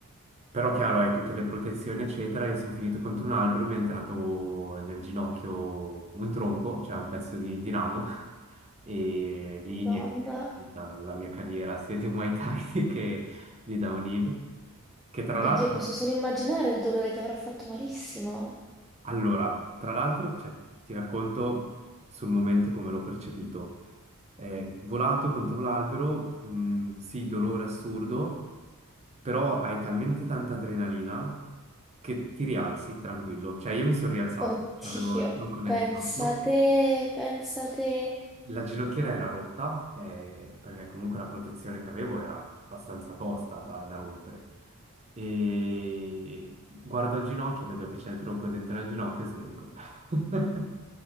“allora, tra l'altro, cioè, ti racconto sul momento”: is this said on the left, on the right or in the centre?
Right